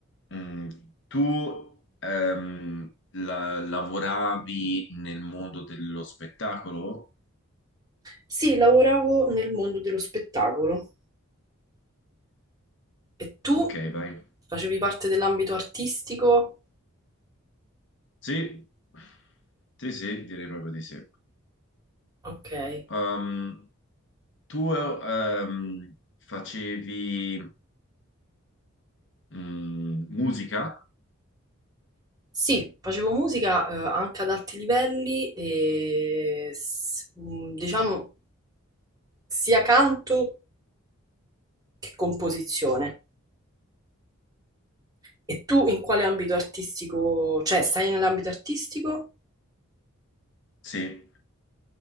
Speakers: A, on the left; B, on the right.
A: Mm, tu ehm, la- lavoravi nel mondo dello spettacolo?
B: Sì, lavoravo nel mondo dello spettacolo. E tu
A: Ok, vai.
B: facevi parte dell'ambito artistico?
A: Sì, sì, sì, direi proprio di sì.
B: Ok.
A: Um, tu ehm, facevi mm, musica?
B: Sì, facevo musica eh, anche ad alti livelli e s- mh, diciamo sia canto che composizione. E tu in quale ambito artistico, cioè stai nell'ambito artistico?
A: Sì.